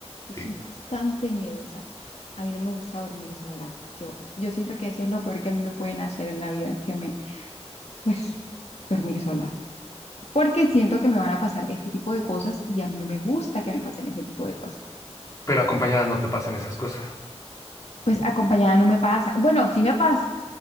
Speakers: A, on the left; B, on the left.
A: Yo
B: Sí.
A: soy bastante miedosa. A mí no me gusta dormir sola. Yo, yo siento que eso es lo peor que a mí me pueden hacer en la vida, que me, pues, dormir sola. Porque siento que me van a pasar este tipo de cosas y a mí no me gusta que me pasen ese tipo de cosas.
B: Pero acompañada no te pasan esas cosas.
A: Pues acompañada no me pasa. Bueno, sí me pasa.